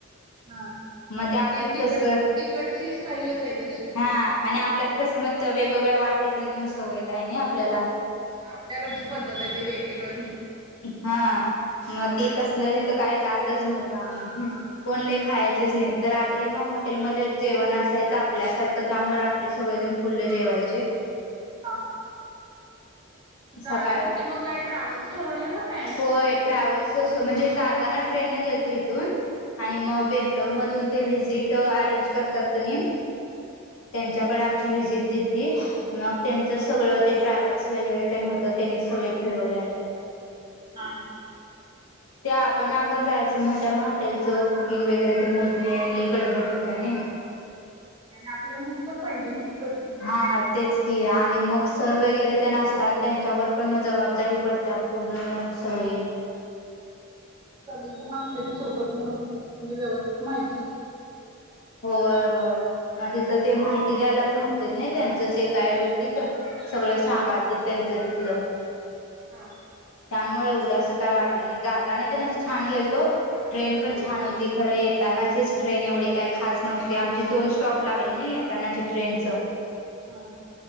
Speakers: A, on the right (about 20°); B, on the left (about 75°).
A: हा
B: मग ते आपल्या
A: तिकड
B: कस
A: तिकडची स्टाईलच आहे तशी ती
B: हा आणि आपल्या कसं म वेग वेगवेगळ्या वाटीत न घेऊन सवय जाय आपल्याला
A: आपल्याकडची पद्धत आहे त ते वेगवेगळ
B: हा म ते तसलं तिथं काय जातच नव्हता कोणले खायचेच नाही तर रात्री मग हॉटेलमध्ये जेवण असायचं आपल्यासारखं त्यामुळे रात्री सगळेजण फुल जेवायचे
A: हा हा जाण्यासाठी
B: सकाळ
A: मग काय ट्रॅव्हल्स ठरवलेला काय
B: होय ट्रॅव्हल्स म्हणजे जात होता ना ट्रेन न गेलतो इथून आणि मग बेंगलोर मधून ते व्हिजिट अरेंज करतातनी त्यांच्याकडे आमची विजिट दिलती मग त्यांच सगळं ते ट्रॅव्हल्स वैगेरे होत त्यांनी सगळे फिरवल्यालं
A: हा हा
B: ते आपण आपण जायचं म्हटल्यावर हॉटेलचं बुकिंग वगैरे होत नाही आणि गडबड होत नाही
A: आपल्याला माहित पण पाहिजे ना ते
B: हा तेच की आणि आणि मग सर वगैरे ते असतात त्यांच्यावर पण मग जबाबदारी पडतीया पूर्ण मोठ सगळी
A: सगळीजण असले त सोबत मग म्हणजे व्यवस्थित माहि
B: होय, होय मग तिथं ते माहिती द्यायला पण होते ना त्यांचच एक गाईड होतीत सगळं
A: ना
B: सांगाल ति त्यांचं तिथलं
A: हा
B: त्यामुळे एवढं जास्त काय वाटलं नाही जाताना छान गेलतो ट्रेन पण
A: हा
B: छान होती खर येतानाचीच ट्रेन एवढी काय खास नव्हती आमची दोन स्टॉप लागले नाही येतानाच्या ट्रेनच
A: हा